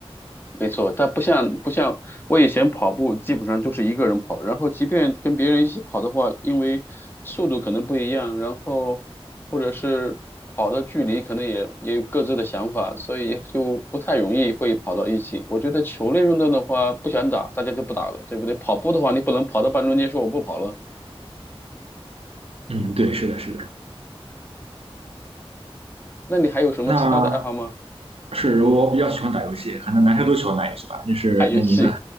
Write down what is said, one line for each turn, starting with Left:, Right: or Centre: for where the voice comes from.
Left: 没错，但不像不像我以前跑步，基本上就是一个人跑，然后即便跟别人一起跑的话，因为速度可能不一样，然后或者是跑的距离可能也也有各自的想法，所以就不太容易会跑到一起。我觉得球类运动的话，不想打，大家就不打了，对不对？跑步的话，你不能跑到半中间说我不跑了，
Right: 嗯，对，是的，是的。
Left: 那你还有什么其他的爱好吗？
Right: 那是我比较喜欢打游戏，可能男生都喜欢打游戏吧。
Left: <laughs>
Right: 那是那您呢？
Left: 打游戏，